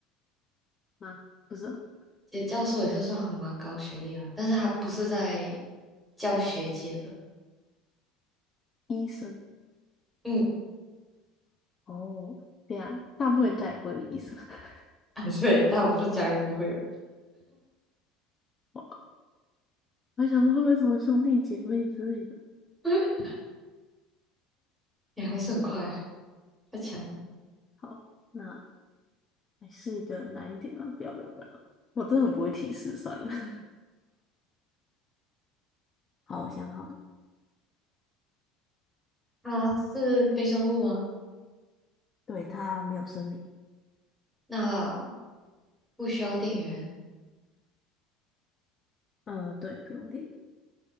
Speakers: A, on the left (about 20°); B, in the centre.
A: 吗？不是哦，
B: 其教授也是算很蛮高学历了，但是他不是在教学界的。
A: 医生
B: 嗯，
A: 哦，对呀，大部分人家也不会有医生。<laughs>
B: <laughs> 啊，对，大部分家人不会有，
A: 我我想说会不会什么兄弟姐妹之类的？
B: <laughs> 你还是很快，太强了。
A: 好，那还是一个难一点啊！不要不要不要，我真的很不会提示，算了。<laughs> 好，我想好了，
B: 他是非生物吗？
A: 对，它没有生命。
B: 那不需要电源，
A: 嗯、呃对，不用电，应